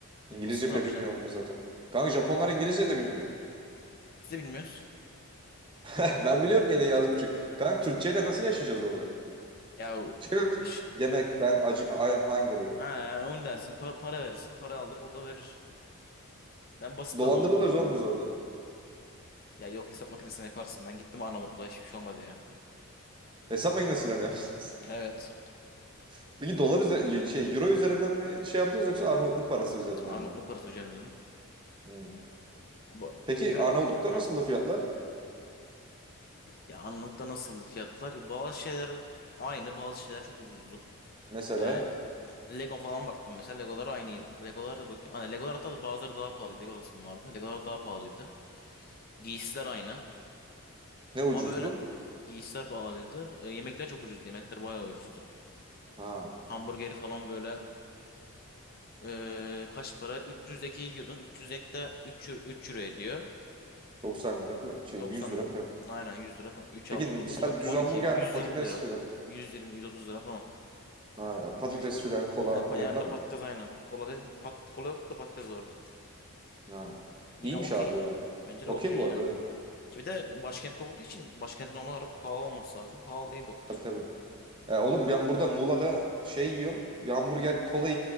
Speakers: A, on the left; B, on the right.
A: nasıl
B: İngilizce
A: ne
B: bile
A: yapacaksın?
B: bilmiyor onlar zaten. Kanka Japonlar İngilizce de bilmiyor.
A: Biz de bilmiyoruz.
B: <laughs> Ben biliyorum gene yaz buçuk. Kanka Türkçeyle nasıl yaşayacağız orada?
A: Ya o-
B: Şey mi?
A: e, ş-
B: Yemek ben acık I am hungry.
A: ha ya, onu dersin par- para verirsin para alır o da verir. Ben basit
B: Dolandırılırız
A: bir adamım oğlum.
B: oğlum biz orada.
A: Ya yok hesap makinesine yaparsın. Ben gittim Arnavutluğa hiçbir şey olmadı ya.
B: Hesap makinesiyle mi yaptınız?
A: Evet.
B: <laughs> Peki dolar üzeri şey euro üzerinden mi şey yaptınız yoksa Arnavutluk parası üzerinden
A: Arnavutluk
B: mi?
A: parası hocam canım.
B: Hmm.
A: Ya, bu,
B: Peki
A: yürü,
B: Arnavutluk'ta
A: yürü- ha.
B: nasıldı fiyatlar?
A: Ya Arnavut'ta nasıl fiyatlar? Ya Bazı şeyler aynı bazı şeyler çok ucuzdu.
B: Mesela
A: Yani Lego falan baktım mesela. Legolar aynıydı. Legolar da bakayım. Hani Legolar hatta bazıları daha pahalıydı. Lego vardı. Legolar daha pahalıydı. Giysiler aynı.
B: ne ucuzdu?
A: Ama böyle giysiler pahalıydı. E, yemekler çok ucuzdu. Yemekler bayağı ucuzdu.
B: Ha
A: Hamburgeri falan böyle e, kaç para? 300'deki yiyordun. 300'dekte 3, 3 euro ediyor.
B: 90 lira falan şey
A: 90
B: 100 lira
A: lira. Aynen 100 lira falan. 3,
B: Peki
A: 6,
B: mesela
A: 9, 10,
B: düz
A: 12.
B: hamburger
A: 120
B: mi patates
A: lira.
B: filan?
A: 120, 130 lira falan.
B: Ha, patates
A: Yani,
B: filan kola
A: ne yapan
B: yanında
A: yani
B: mı?
A: patates aynen. Kola dedim. Pat, kola yoktu da patates vardı.
B: Ha.
A: Yine
B: İyiymiş
A: okey.
B: abi ya.
A: Bence de
B: Okey
A: okey
B: bu
A: yani.
B: arada evet.
A: Ki bir de başkentte olduğu için başkent normal olarak pahalı olması lazım. Pahalı değil doktor.
B: Tabii tabii. E, oğlum ben burada Muğla'da şey yiyorum. Bir hamburger kola